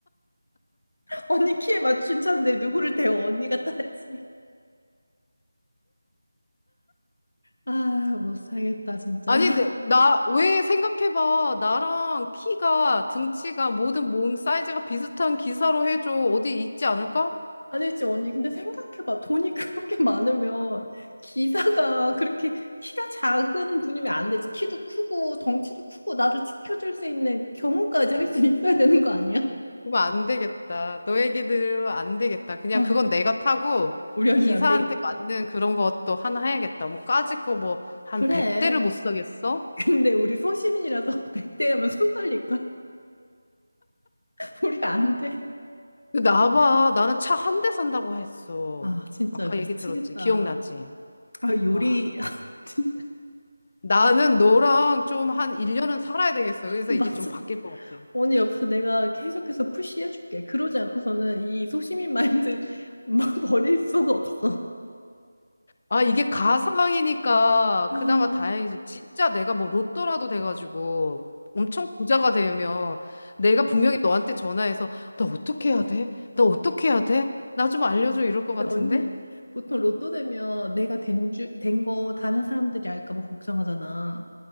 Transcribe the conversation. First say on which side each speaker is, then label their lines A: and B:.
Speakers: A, on the left (about 65°); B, on the left (about 35°).
A: <laughs> 언니 키에 맞춘 차인데 누구를 대워 언니가 타야지. 아, 못 살겠다 진짜.
B: 아니, 근데 나, 왜 생각해봐. 나랑 키가, 등치가, 모든 몸 사이즈가 비슷한 기사로 해줘. 어디 있지 않을까?
A: 아니지, 언니. 근데 생각해봐. 돈이 그렇게 <laughs> 많으면 기사가 그렇게 키가 작은 분이면 안 되지. 키도 크고 덩치도 크고 나를 지켜줄 수 있는 경우까지 할 수 있어야 되는 거 아니야?
B: 그러면 안 되겠다. 너 얘기 들으면 안 되겠다. 그냥
A: 아,
B: 그건 내가 타고
A: 우리 언니
B: 기사한테
A: 안 되겠어.
B: 맞는 그런 것도 하나 해야겠다. 뭐 까짓 거 뭐 한
A: 그래.
B: 100대를 못 사겠어?
A: 근데 우리 소시민이라서 <laughs> 100대 하면 손 떨릴걸? <laughs> 우리 안 돼.
B: 나 봐. 나는 차 한 대 산다고 했어.
A: 아, 진짜
B: 아까
A: 미치겠다.
B: 얘기 들었지. 기억나지?
A: 아, 요리.
B: 와,
A: <laughs> 진짜
B: 나는 너랑 좀 한 1년은 살아야 되겠어. 그래서
A: 맞아.
B: 이게 좀 바뀔 것 같아.
A: 언니 옆에서 내가 계속해서 푸시해줄게. 그러지 않고서는 이 소시민 마인드를 <laughs> 버릴 수가 없어.
B: 아, 이게 가상이니까
A: 아,
B: 그나마 다행이지. 진짜 내가 뭐 로또라도 돼가지고 엄청 부자가 되면 내가 분명히 너한테 전화해서 나 어떻게 해야 돼? 나 어떻게 해야 돼? 나 좀 알려줘 이럴 것
A: 근데
B: 같은데?
A: 언니 보통 로또 되면 내가 된 주, 된 거 다른 사람들이 알까 봐 걱정하잖아.